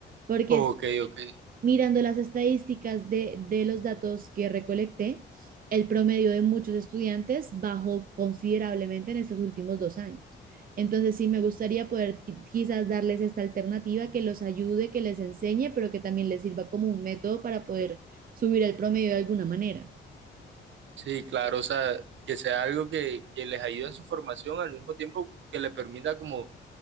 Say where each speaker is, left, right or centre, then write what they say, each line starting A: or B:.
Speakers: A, on the right; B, on the right.
A: Porque
B: Ok,
A: es-
B: ok.
A: mirando las estadísticas de, de los datos que recolecté, el promedio de muchos estudiantes bajó considerablemente en estos últimos dos años. Entonces, sí, me gustaría poder qui- quizás darles esta alternativa que los ayude, que les enseñe, pero que también les sirva como un método para poder subir el promedio de alguna manera.
B: Sí, claro, o sea, que sea algo que, que les ayude en su formación al mismo tiempo que le permita como